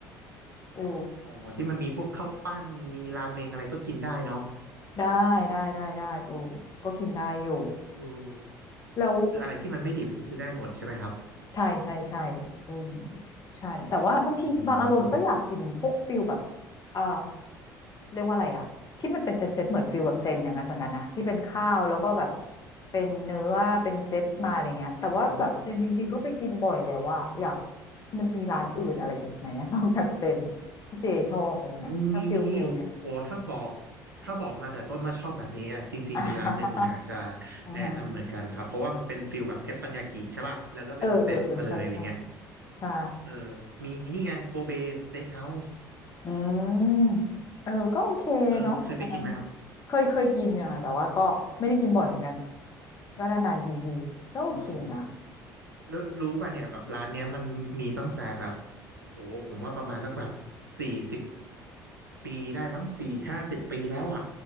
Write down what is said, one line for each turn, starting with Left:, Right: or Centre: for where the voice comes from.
Left: โอ้
Right: อ๋อที่มันมีพวกข้าวปั้นมีราเมงอะไรก็กินได้เนาะ
Left: ได้ได้ได้ได้โอ้ก็กินได้อยู่
Right: เออ
Left: แล้ว
Right: คืออะไรที่มันไม่ดิบก็คือได้หมดใช่ไหมครับ
Left: ใช่ใช่ใช่อืมใช่แต่ว่าบางทีบางอารมณ์ก็อยากกินพวกฟิลแบบ
Right: อ๋อ
Left: เอ่อเรียกว่าอะไรอะที่มันเป็นเซตเซตเหมือนฟิลแบบเซนอย่างนั้นเหมือนกันนะที่เป็นข้าวแล้วก็แบบเป็นเนื้อเป็นเซตมาอะไรเงี้ยแต่ว่าแบบเซนจริงๆก็ไปกินบ่อยแล้วว่าอะอยาก
Right: อ๋อ
Left: มันมีร้านอื่นอะไรอีกไหมอะ <laughs> นอกจากเซนที่เจชอบอะไรเงี้ยถ้าฟิลฟิลเนี่ย
Right: มีมีมีโอ้ถ้าบอกถ้าบอกมาแต่ต้นว่าชอบแบบนี้อะจริงๆมีร้านหนึ่งอยากจะ
Left: <laughs> อ่าฮะ
Right: แนะนำเหมือนกันครับเพราะว่ามันเป็นฟิลแบบเทปปัญญากิใช่ป่ะแล้วก็เป็นเซตมาเลยอะไรเงี้ย
Left: เออเออเออใช่ใช่ ใช่
Right: เออมีนี่ไงโกเบสเต็กเฮาส์
Left: อืมเออก็โอเคเนาะอันนั้น
Right: เออมันเคยไปกินไหมครับ
Left: เคยเคยกินเนี่ยแต่ว่าก็ไม่ได้กินบ่อยเหมือนกันก็นานๆกินทีก็โอเคนะ
Right: เออรู้รู้ป่ะเนี่ยแบบร้านเนี้ยมันมีตั้งแต่แบบโอ้โหผมว่าประมาณสักแบบสี่สิบ ปีได้มั้งสี่ห้าสิบปีแล้วอ่ะ